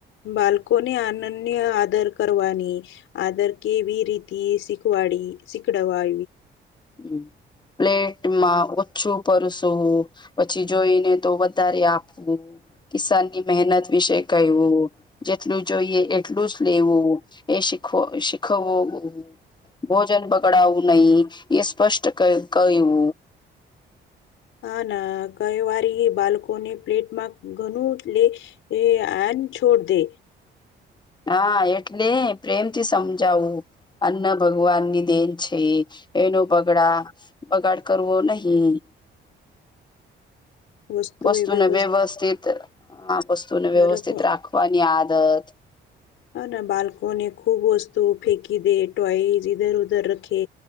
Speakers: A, on the left; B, on the left.
A: બાળકો ને આનંદ આદર કરવાની આદર કેવી રીતે એ શીખવાડી શીખડવા
B: હ પ્લેટમાં ઓછું પરસું પછી જોઈને તો વધારે આપવું કિસાનની મહેનત વિશે કહેવું. જેટલું જોઈએ એટલું જ લેવું એ શીખ શીખવવું ભોજન બગડાવું નહી એ સ્પષ્ટ કું
A: હા ના કઈ વારી બાળકોને પ્લેટમાં ઘણું લે એ એન છોડ દે
B: હા એટલે પ્રેમથી સમજાવું અન્ન ભગવાન ની દેન છે, એનો પગડા બગાડ કરવો નહીં.
A: વસ્તુ
B: વસ્તુને
A: એ વ્યવસ્
B: વ્યવસ્થિત વસ્તુને વ્યવસ્થિત
A: રખવા
B: રાખવાની આદત
A: હ ના બાલ્કોને ખૂબ વસ્તુ ફેંકી દે ટોય ધર ઉધર રખે